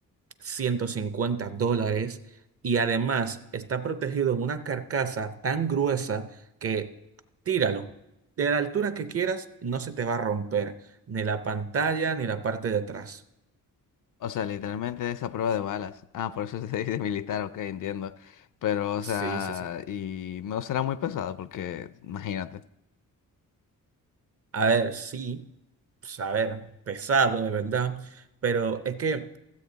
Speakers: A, on the right; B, on the left.
A: ciento cincuenta dólares y además está protegido en una carcasa tan gruesa que tíralo. De la altura que quieras, no se te va a romper ni la pantalla ni la parte de atrás.
B: O sea, literalmente es a prueba de balas. Ah, por eso se dice <laughs> militar, ok, entiendo. Pero, o
A: Sí,
B: sea,
A: sí, sí.
B: y no será muy pesado porque, imagínate,
A: A ver, sí, pues, a ver, pesado de verdad, pero es que